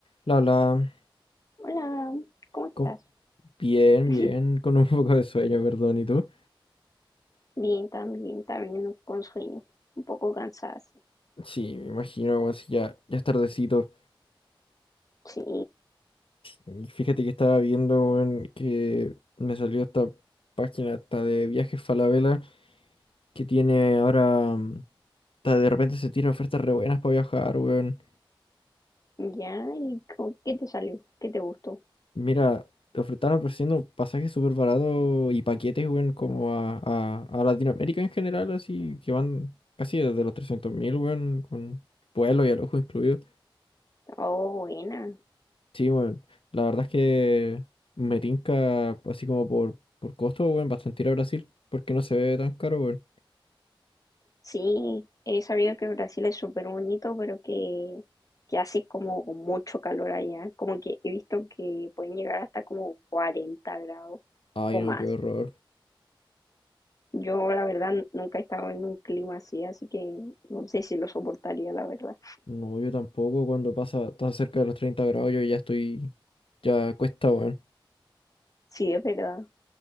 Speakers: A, on the left; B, on the left.
A: La, la,
B: Hola, ¿cómo estás?
A: con- bien,
B: <laughs>
A: bien, con un <laughs> poco de sueño, perdón, ¿y tú?
B: Bien, también, también con sueño, un poco cansada, sí.
A: Sí, me imagino, weón, si ya, ya es tardecito.
B: Sí,
A: Y Fíjate que estaba viendo, weón, que me salió esta página hasta de viajes Falabella que tiene ahora, mm, ta- de repente se tiran ofertas re buenas para viajar, weón.
B: ya, ¿y cómo- qué te salió? ¿Qué te gustó?
A: Mira, te ofre- están ofreciendo pasajes súper baratos y paquetes, weón, como a, a, a Latinoamérica en general, así, que van casi desde los trescientos mil, weón, con vuelo y alojo incluido.
B: Oh, buena.
A: Sí, bueno, la verdad es que me tinca así como por, por costo, bueno, bastante ir a Brasil, porque no se ve tan caro, bueno.
B: Sí, he sabido que Brasil es súper bonito, pero que, que hace como mucho calor allá, como que he visto que pueden llegar hasta como 40 grados
A: Ay,
B: o
A: no,
B: más.
A: qué horror.
B: Yo, la verdad, nunca he estado en un clima así, así que no sé si lo soportaría, la verdad.
A: No, yo tampoco, cuando pasa tan cerca de los 30 grados, yo ya estoy, ya cuesta, bueno.
B: Sí, es verdad.